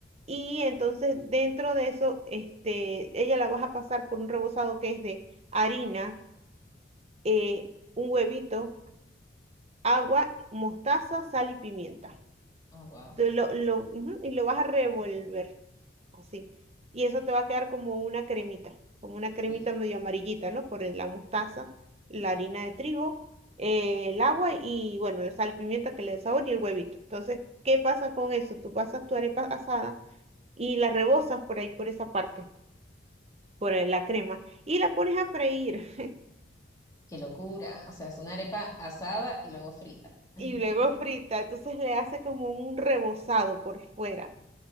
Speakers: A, on the right; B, on the left.
A: y entonces dentro de eso, este, ella la vas a pasar por un rebozado que es de harina, eh, un huevito, agua, mostaza, sal y pimienta.
B: Oh, wow.
A: Tú lo, lo, ujú, y lo vas a revolver así. Y eso te va a quedar como una cremita, como una cremita
B: Sí.
A: medio amarillita, ¿no? Por el- la mostaza, la harina de trigo, eh, el agua y, bueno, la sal y pimienta que le dé sabor y el huevito. Entonces, ¿qué pasa con eso? Tú pasas tu arepa asada y la rebozas por ahí, por esa parte, por el- la crema, y la pones a freír. <laughs>
B: Qué locura. O sea, es una arepa asada y luego frita.
A: Y
B: <laughs>
A: luego frita, entonces le hace como un rebozado por fuera.